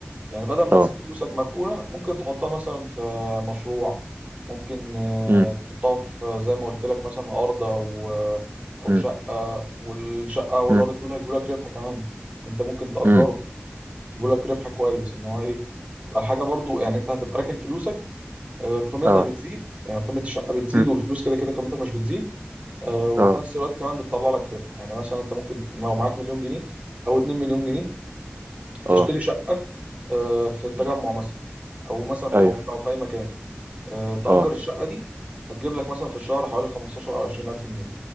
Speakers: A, on the right; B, on the right.
A: يعني بدل ما
B: أه
A: تسيب فلوسك مركونة ممكن تحطها مثلا في مشروع ممكن آه،
B: مم،
A: تحطها في آه، زي ما قلت لك مثلا أرض أو آه، أو
B: مم،
A: شقة والشقة والأرض
B: مم،
A: دول هيجيبوا لك ربح كمان أنت ممكن تأجرهم
B: مم،
A: يجيبوا لك ربح كويس إن هو إيه تبقى الحاجة برضو يعني أنت هتبقى راكن فلوسك آه، قيمتها
B: أه
A: بتزيد يعني قيمة الشقة بتزيد
B: مم،
A: والفلوس كده كده قيمتها مش بتزيد آه، وفي
B: أه
A: نفس الوقت كمان بتطلع لك ربح يعني مثلا أنت ممكن لو معاك مليون جنيه أو 2 مليون جنيه تشتري
B: أه
A: شقة آه، في التجمع
B: مم،
A: مثلا او مثلا في
B: أيوه
A: العبور او في اي مكان آه، تأجر
B: أه
A: الشقة دي هتجيب لك مثلا في الشهر حوالي 15 او 20 الف جنيه